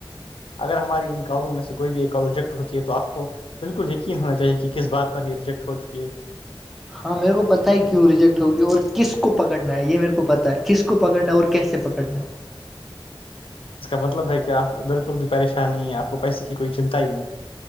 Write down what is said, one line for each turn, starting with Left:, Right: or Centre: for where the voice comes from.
Left: اگر ہماری ان کالوں میں سے کوئی بھی ایک آوجیکٹ ہوتی ہے تو آپ کو بالکل یقین ہونا چاہیے کہ کس بات پر یہ ریجیکٹ ہو چکی ہے
Centre: ہاں میرے کو پتاہ ہے کیوں ریجیکٹ ہوگی اور کس کو پکڑنا ہے یہ میرے کو پتا ہے کس کو کو پکڑنا اور کیسے پکڑنا
Left: اس کا مطلب ہے کہ آپ بالکل بھی پریشان نہیں ہے آپ کو پیسے کی کوئی چنتا ہی نہیں ہے